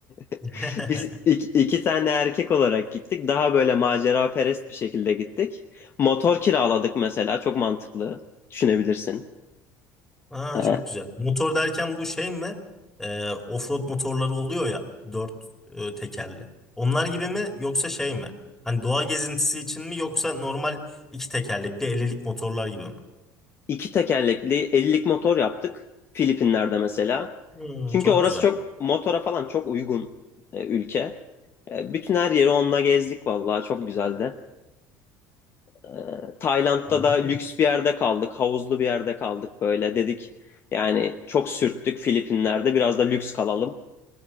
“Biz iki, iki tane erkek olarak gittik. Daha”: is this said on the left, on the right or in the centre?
Left